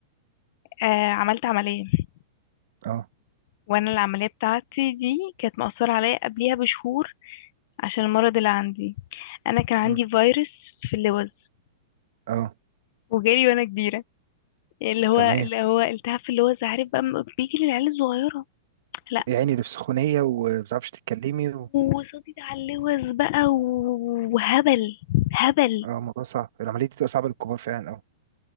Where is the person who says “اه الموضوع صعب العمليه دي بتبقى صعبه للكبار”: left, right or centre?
Right